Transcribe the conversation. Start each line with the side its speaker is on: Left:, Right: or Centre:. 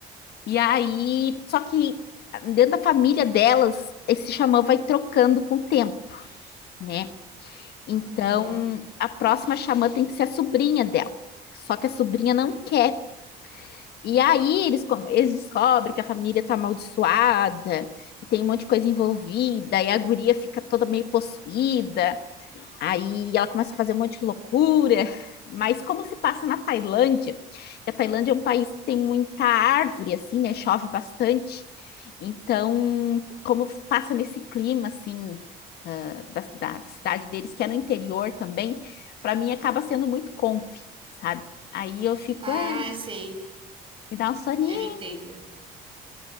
Left: E aí, só que dentro da família delas, esse xamã vai trocando com o tempo, né? Então,
Right: Uhum.
Left: a próxima xamã tem que ser a sobrinha dela. Só que a sobrinha não quer. E aí eles, com- eles descobrem que a família tá amaldiçoada, e tem um monte de coisa envolvida, e a guria fica toda meio possuída. Aí ela começa a fazer um monte de loucura, mas como se passa na Tailândia, e a Tailândia é um país que tem muita árvore, assim, né? Chove bastante. Então, como passa nesse clima, assim, ah, da, da- da cidade deles, que é no interior também, para mim acaba sendo muito comfy, sabe? Aí eu fico,
Right: Ah,
Left: é,
Right: sei.
Left: me dá um soninho.
Right: Eu entendo.